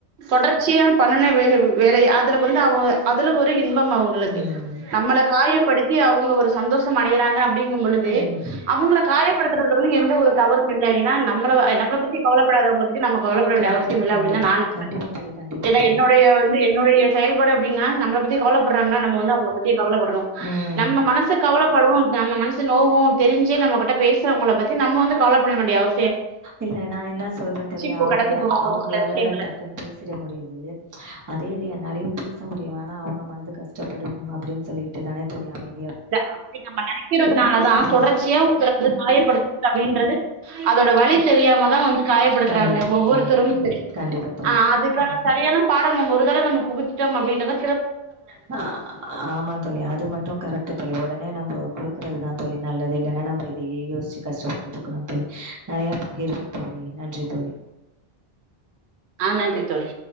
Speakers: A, on the right (about 80°); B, on the right (about 20°).
A: தொடர் சியா பண்ணன வேல வேலை அதுல வந்து அவ் அதுல ஒரு இ இன்பம் அவங்களுக்கு
B: ம்.
A: நம்மளுக் காயப்படுத்தி அவங்க ஒரு சந்தோஷம் அடையிறாங்க அப் டிங்கும் பொழுது
B: ம்.
A: அவங்கள காயப்படுத்துறதுல வந்து எந்த ஒரு தவறும் இல்ல ஏன்னா நம்மளவ நம்மள பத்தி கவலப்படாதவங்கள பத்தி நம்ம கவலபடவேண்டிய
B: கண்டிப்பா,
A: அவசியம் இல்ல
B: கண்டிப்பா.
A: அப்டின்தா நா நெனப்பே
B: கண்டிப்பா தோழி, கண்டிப்பா
A: ஏன்னா
B: தோழி.
A: என்னுடைய வந்து என்னுடைய செயல்பாடு அப்டின்னா நம்மள பத்தி கவலபடுறாங்கன்னா நம்ம வந்து அவங்கள பத்தி கவலைப்படணு
B: ம்.
A: நம்ம மனசு கவலப்படு நம்ம மனசு நோகு தெரிஞ்சே நம்ம கிட்ட பேசுறவங்கள பத்தி நம்ம வந்து கவல பட வேண்டிய அவ
B: இல்ல நா என்ன சொல்றே தோழி
A: இப்போ
B: அவங்கள
A: கடந்து போவேன்
B: அவங்களால
A: ஒரு சில விஷயங்கள.
B: டக்குன்னு பேசிட முடியுது அதே இது என்னாலயு பேச முடியு ஆனா அவங்க மனது கஷ்டப்படும் அப்டின்னு சொல்லிட்டு தானே தோழி அமை
A: இல்ல அப்டி நம்ம நெனைக்கிறதுனாலதா
B: ம்
A: தொடர்ச்சியா ஒருத்தர வந்து காயப்படுத்து அப்டின்றது அதோட வலி தெரியாம தா வந்து காயப்படுத்துறாங்க
B: கண்டிப்பா
A: ஒவ்வொருத்தரும்
B: தோழி
A: சரி
B: கண்டிப்பா தோழி
A: ஆஹ் அதுக்கான சரியான பாடம் நம்ம ஒரு தடவ நம்ம புகுத்திட்டோம் அப்டினதா
B: ச்ச ஆ ஆமா தோழி அது மட்டோ கரெக்ட்டு தோழி ஒடனே நம்போ குடுக்கறதுதா தோழி நல்லது இல்லனா நம்ப இதையே யோஸ்ச்சி கஷ்டப்பட்டுட்டு இருக்கணும் தோழி நிறைய பகிரிவோ தோழி நன்றி தோழி
A: ஆ நன்றி தோழி